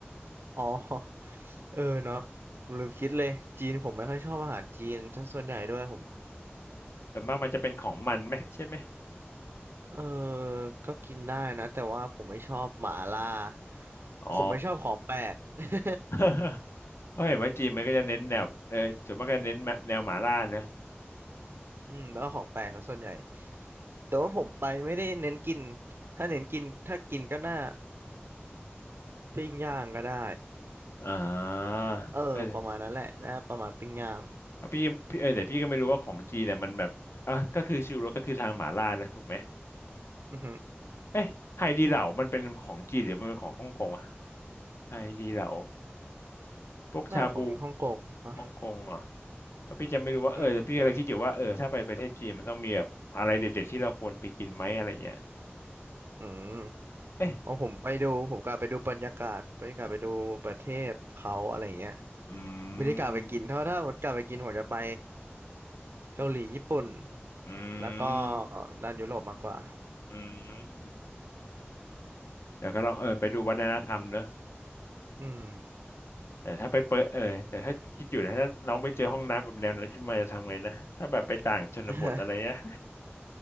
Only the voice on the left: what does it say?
ส่วนมากมันจะเป็นของมันไหมใช่ไหม
อ๋อ
<laughs> เพราะเห็นว่าจีนมันก็จะเน้นแนวเออส่วนมากก็เน้นแนวหมาล่านะ
อ่า
เออเอาพี่พี่เออแต่พี่ก็ไม่รู้ว่าของจีนเนี่ยมันแบบอ่ะก็คือชิวโรสก็คือทางหมาล่านะถูกไหม
เอ๊ะไฮดีเหลามันเป็นของจีนหรือมันเป็นของฮ่องกงอะไฮดีเหลาพวกชาบู
ฮ่องกงเหรอเพราะพี่จะไม่รู้ว่าเออแต่พี่กำลังคิดอยู่ว่าเออถ้าไปประเทศจีนมันต้องมีแบบอะไรเด็ดๆที่เราควรไปกินไหมอะไรเงี้ย
เอ๊ะ
อื
ม
อื
ม
อืม เดี๋ยวก็ลองเออไปดูวัฒนธรรมเนอะ
แต่ถ้าไปเปิดเออแต่ถ้าคิดอยู่นะถ้าน้องไปเจอห้องน้ำแบบแนวนั้นขึ้นมาจะทำไงนะถ้าแบบไปต่างชนบทอะไรเงี้ย